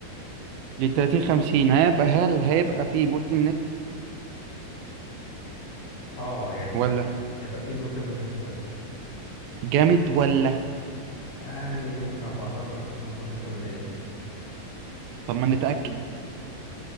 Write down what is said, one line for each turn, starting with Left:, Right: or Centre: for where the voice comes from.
Right: لل 30 50 هيبقى هل هيبقى فيه بوتل نيك
Left: اه يعني
Right: ولا
Left: هيبقى في بوتل نيك شويه
Right: جامد ولا
Left: يعني ممكن 14 15% كده
Right: طب ما نتأكد